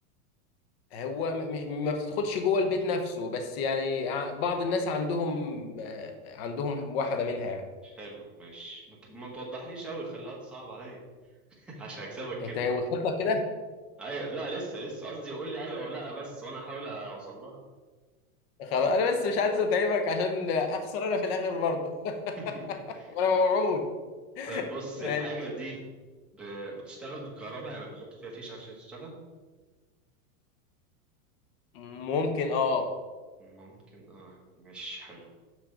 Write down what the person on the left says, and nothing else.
هو م- مش ما بتدخلش جوه البيت نفسه بس يعني ع- بعض الناس عندهم آه، عندهم واحدة منها يعني
انت وصلت لك كده
خلاص انا بس مش عايز اتعبك عشان اخسر انا في الاخر برضه <laughs>
وانا موعود
ماشي.
ممكن اه